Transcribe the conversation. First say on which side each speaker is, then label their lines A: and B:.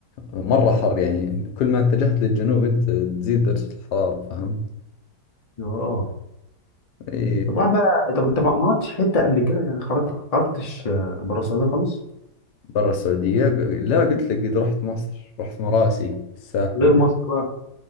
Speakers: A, on the left; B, on the left.
A: مرة حر يعني كل ما اتجهت للجنوب أنت تزيد درجة الحرارة فهمت؟
B: اه
A: إي
B: طب واحد بقى طب انت ما ما رحتش حته قبل كده يعني خرجت خرجتش آه، بره السعوديه خالص
A: برا السعودية لا قلت لك قد رحت مصر رحت مراسي الساحل
B: غير مصر بقى